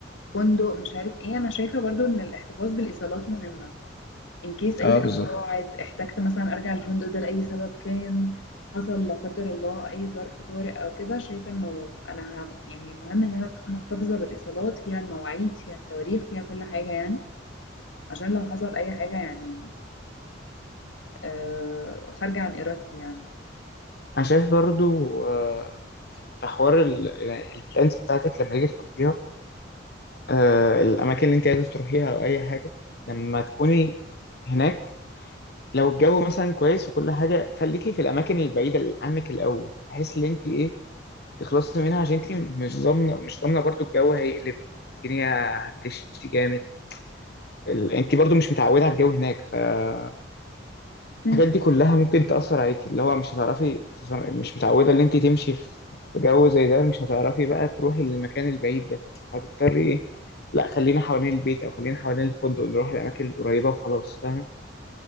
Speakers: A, on the left; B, on the left.
A: فندق مش عارف ايه انا شايفة برضو ان الاحتفاظ بالايصالات مهمة ان كيس اي
B: اه
A: حاجة
B: بالظبط
A: ضاعت احتجت مثلا ارجع الفندق ده لأي سبب كان حصل لا قدر الله اي ظرف طارئ او كده شايفة انه انا ه- يعني مهم ان انا أكون محتفظة بالايصالات فيها المواعيد فيها التواريخ فيها كل حاجة يعني عشان لو حصل اي حاجة يعني آه، خارجة عن ارادتي يعني
B: انا شايف برضو آه، في حوار ال- يعني البلانز بتاعتك لما تيجي تحطيها آه، الاماكن اللي انت عايز تروحيها او اي حاجه لما تكوني هناك لو الجو مثلا كويس وكل حاجه خليكي في الاماكن البعيده عنك الاول بحيث ان انت ايه تخلصي منها عشان انت مش ضامنه مش ضامنه برضو الجو هيقلب الدنيا هتشتي جامد ال... انت برضو مش متعوده على الجو هناك فالحاجات
A: مم.
B: دي كلها ممكن تاثر عليك اللي هو مش هتعرفي تتص- مش متعوده ان انت تمشي في في جو زي ده مش هتعرفي بقى تروحي للمكان البعيد ده هتضطري ايه لا خلينا حوالين البيت او خلينا حوالين الفندق نروح الاماكن القريبه وخلاص فاهمه